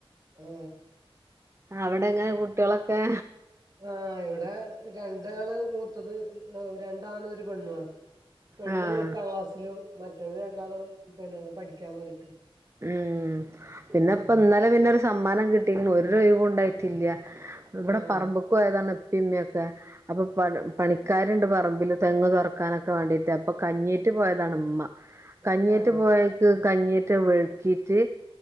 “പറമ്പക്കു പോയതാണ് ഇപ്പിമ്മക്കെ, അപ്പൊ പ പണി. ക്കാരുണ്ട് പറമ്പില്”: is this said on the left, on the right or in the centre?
Right